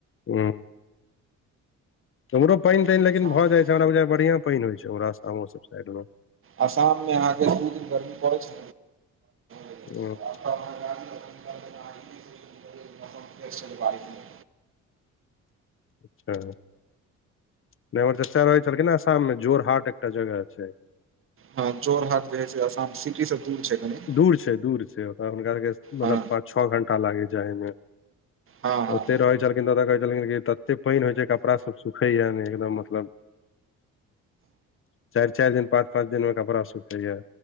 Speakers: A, on the left; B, on the right.
A: हुॅं उमहरो पानि तानि
B: आसाम
A: लेकिन भऽ
B: मे
A: जाइ छै बढ़िया पानि होइ छै उमहर सातों सब साइड मे
B: आसाम मे अहाँ के दू दिन गर्मी पड़े छै जाइ
A: ह
B: <inaudible>
A: भ नै एमहर चचा रहै छलखिन आसाममे जोर हाट एकटा जगह छै
B: हँ चोर हाथ जे है से आसाम सिटी से दूर छै कनी
A: दूर छै दूर छै ओ हुनका सबके मतलब
B: हँ
A: पाँच छओ घंटा लागे जायमे
B: हँ हँ
A: ओते रहै छै छलिन तऽ ओ कहै छलखिन क तते पानि होइ छै कपड़ा सब सुखेया नै एकदम मतलब चारि चारि दिन पाँच पाँच दिन में कपड़ा सुखैया